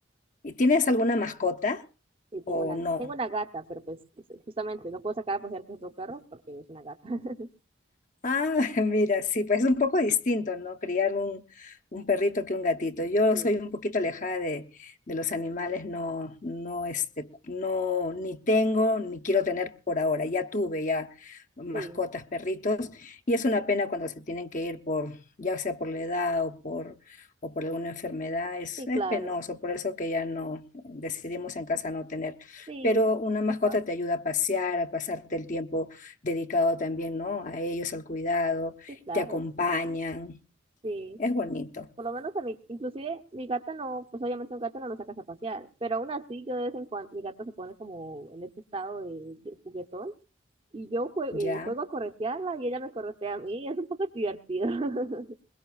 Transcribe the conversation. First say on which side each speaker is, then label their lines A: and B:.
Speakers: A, on the left; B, on the right.
A: ¿Y tienes alguna mascota
B: Y tengo
A: o
B: una,
A: no?
B: tengo una gata, pero pues justamente no puedo sacar a pasear con otro perro porque es una gata. <laughs>
A: Ah, <laughs> mira, sí, pues es un poco distinto, ¿no? Criar un, un perrito que un gatito. Yo
B: Sí.
A: soy un poquito alejada de, de los animales, no, no, este, no, ni tengo, ni quiero tener por ahora. Ya tuve ya mascotas,
B: Sí,
A: perritos, y es una pena cuando se tienen que ir por, ya sea por la edad o por, o por alguna enfermedad, es,
B: sí,
A: es
B: claro.
A: penoso, por eso que ya no decidimos en casa no tener.
B: Sí,
A: Pero una mascota
B: capaz.
A: te ayuda a pasear, a pasarte el tiempo dedicado también, ¿no? A ellos, al cuidado,
B: Sí, claro.
A: te acompañan,
B: Sí.
A: es bonito,
B: Por lo menos a mí, inclusive mi gata no, pues obviamente un gato no lo sacas a pasear, pero aún así yo de vez en cuando, mi gata se pone como en este estado de, de juguetón y yo jue-
A: ¿ya?
B: eh, juego a corretearla y ella me corretea a mí, es un poco divertido. <laughs>